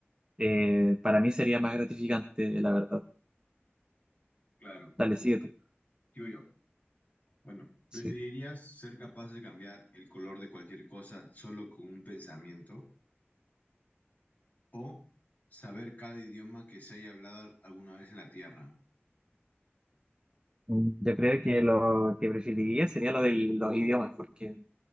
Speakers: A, on the right; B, on the left.
A: eh, para mí sería más gratificante, la verdad.
B: Claro,
A: Dale, sigue tú.
B: digo yo. Bueno, ¿preferirías
A: Sí.
B: ser capaz de cambiar el color de cualquier cosa solo con un pensamiento o saber cada idioma que se haya hablado alguna vez en la Tierra?
A: Mm, Yo creo que lo que preferiría sería lo de los idiomas, porque